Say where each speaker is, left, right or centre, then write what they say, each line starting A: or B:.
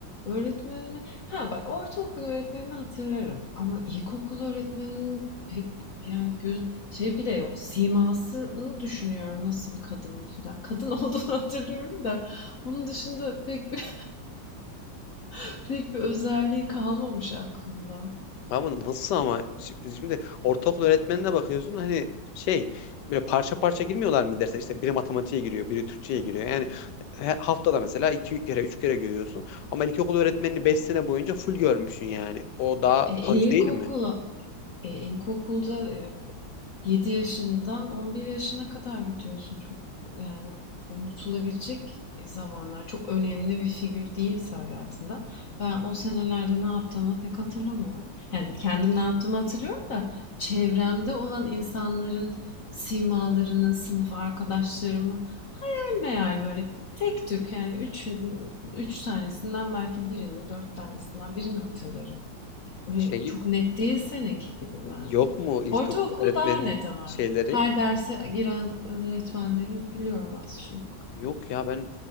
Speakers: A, on the left; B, on the left.
A: öğretmenimi Ha, bak ortaokul öğretmenimi hatırlarım ama ilkokul öğretmenimin pek yani göz şey bile yok, simasını düşünüyorum nasıl bir kadındı filan. Kadın olduğunu <laughs> hatırlıyorum da onun dışında pek bir <laughs> pek bir özelliği kalmamış aklımda.
B: Ama nasıl ama şi- şimdi ortaokul öğretmenine bakıyorsun hani şey böyle parça parça girmiyorlar mı derse işte biri matematiğe giriyor biri Türkçe'ye giriyor yani he- haftada mesela iki kere üç kere görüyorsun ama ilkokul öğretmenini beş sene boyunca full görmüşsün yani o daha
A: E,
B: kalıcı
A: ilkokul
B: değil mi?
A: E, ilkokulda, eee, 7 yaşından 11 yaşına kadar gidiyorsun. Çok yani unutulabilecek zamanlar. Çok önemli bir figür değilse hayatında. Ben o senelerde ne yaptığımı pek hatırlamıyorum. Yani kendim ne yaptığımı hatırlıyorum da çevremde olan insanların simalarını, sınıf arkadaşlarımı hayal meyal böyle tek tük yani üç, üç tanesinden belki birini, dört tanesinden birini hatırlarım. Öyle
B: Şey
A: çok net değil seninki gibi bende.
B: yok mu ilkokul
A: Ortaokul
B: öğretmeninin
A: daha net ama.
B: şeyleri?
A: Her derse giren öğretmenleri biliyorum az çok.
B: Yok ya ben